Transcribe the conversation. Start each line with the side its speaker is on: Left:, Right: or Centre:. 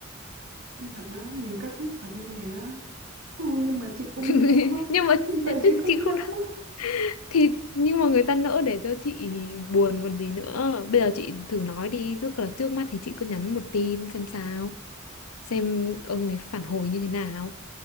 Right: Không thật á mình cất tức thật như thế á Ừ, nhưng mà chị không
Left: <laughs>
Right: nỡ <laughs>
Left: nhưng mà
Right: hiện tại
Left: thế-
Right: chị
Left: thế
Right: không
Left: chị
Right: nỡ
Left: không đ-
Right: <laughs>
Left: thì nhưng mà người ta nỡ để cho chị buồn còn gì nữa bây giờ chị thử nói đi trước là trước mắt thì chị cứ nhắn một tin xem sao xem ông ấy phản hồi như thế nào